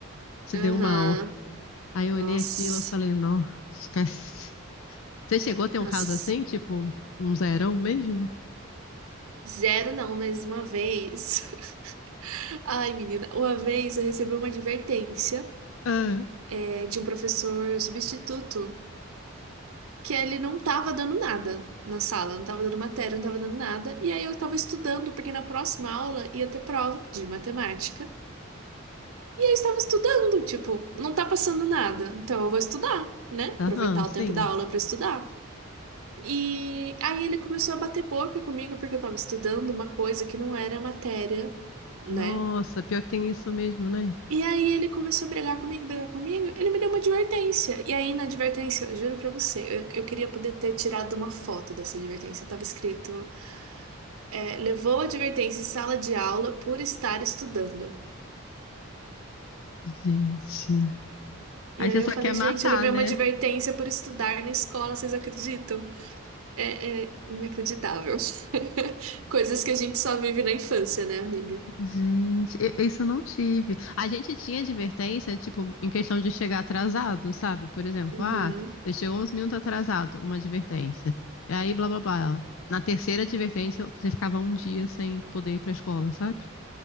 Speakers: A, on the left; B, on the right.
A: se
B: Aham.
A: deu mal. Aí eu
B: Nossa.
A: olhei aquilo e falei, não, esquece. Você chegou a ter
B: Nossa.
A: um caso assim, tipo um, um zerão mesmo?
B: Zero não, mas uma vez. <laughs> Ai, menina, uma vez eu recebi uma advertência
A: Ah,
B: é, de um professor substituto. que ele não tava dando nada na sala, não tava dando matéria, não tava dando nada. E aí eu tava estudando, porque na próxima aula ia ter prova de matemática. E eu estava estudando, tipo, não tá passando nada. Então eu vou estudar, né?
A: aham,
B: Aproveitar o
A: sim.
B: tempo da aula pra estudar. E aí ele começou a bater boca comigo porque eu tava estudando uma coisa que não era matéria, né?
A: Nossa, pior que tem isso mesmo, né?
B: E aí ele começou a brigar comigo, brigar comigo. Ele me deu uma advertência. E aí na advertência, eu juro pra você, eu, eu queria poder ter tirado uma foto dessa advertência. Tava escrito, é, levou a advertência em sala de aula por estar estudando.
A: Gente.
B: E
A: Aí
B: aí
A: você
B: eu
A: só
B: falei,
A: quer matar,
B: gente, eu levei
A: né?
B: uma advertência por estudar na escola, vocês acreditam? É, é inacreditável. <laughs> Coisas que a gente só vive na infância, né, amiga?
A: Gente, e- isso eu não tive. A gente tinha advertência, tipo, em questão de chegar atrasado, sabe? Por exemplo,
B: Uhum,
A: ah, você chegou uns minutos atrasado, uma advertência. E Aí, blá, blá, blá. Na terceira advertência, você ficava um dia sem poder ir pra escola, sabe?